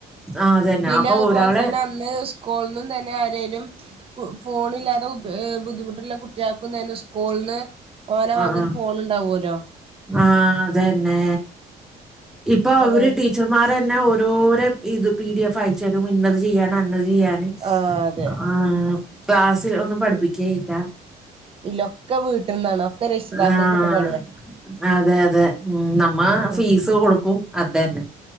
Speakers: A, in the centre; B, on the right (about 35°).
A: ആഹ് അതന്നെ
B: പിന്നെ
A: അപ്പൊ
B: അതുപോലെ
A: ഒരാളെ
B: തന്നെ അന്ന് സ്കൂളിന്നും തന്നെ അര ഫോണില്ലാതെ ബുദ്ധിമുട്ടുള്ള കുട്ടികൾക്കും തന്നെ സ്കൂളിന്ന് ഓലെ വക
A: ആഹ
B: ഒരു ഫോൺ ഉണ്ടാവുമല്ലോ
A: ആ ആഹ അതന്നെ ഇപ്പൊ അവര്
B: അതെ
A: ടീച്ചർമാർ തന്നെ ഓരോര ഇത് പി ഡി എഫ് അയച്ചുതരും ഇന്നത് ചെയ്യണം ചെയ്യാന്
B: ആഹ് അതെ
A: ആ ക്ലാസ്സിൽ ഒന്നും പഠിപ്പിക്കേയില്ല
B: ഇല്ല ഒക്കെ വീട്ടിന്നാണ് ഒക്കെ രക്ഷിതാക്കൾകിട്ട്
A: ആഹ്
B: പണിയാ
A: അതെ അതെ നമ്മൾ
B: ഉം
A: ഫീസ് കൊടുക്കും അതന്നെ